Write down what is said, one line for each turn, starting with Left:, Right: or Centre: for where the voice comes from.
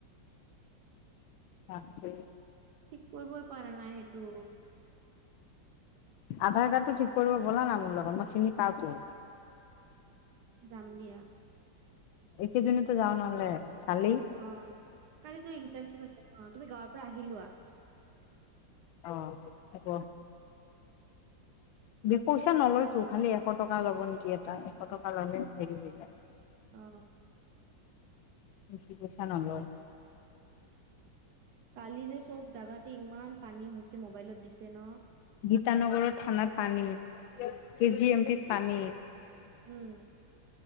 Left: আছে।
Right: ঠিক কৰিবই পাৰা নাই সেইটো।
Left: আধাৰ কাৰ্ড টো ঠিক কৰিব ব'লা না মোৰ লগত মই চিনি পাওঁ তো।
Right: যাম দিয়া।
Left: এইকেজিনতে যাওঁ নহ'লে। কালি
Right: অ কালি তোৰ ইণ্টাৰ্নশ্বিপ আছে ন তুমি গাঁৱৰ পৰা আহি লোৱা।
Left: অ হ'ব। বিপুইচা নলয়তো খালি এশ টকা ল'ব নেকি এটা এশ টকা ললে হেৰি হৈ যায়।
Right: অ।
Left: বেছি পইচা নলয়।
Right: কালি যে চব জাগাতে ইমান পানী হৈছে মোবাইলত দিছে ন।
Left: গীতানগৰৰ থানাত পানী, কে জি এমটিত পানী।
Right: উম।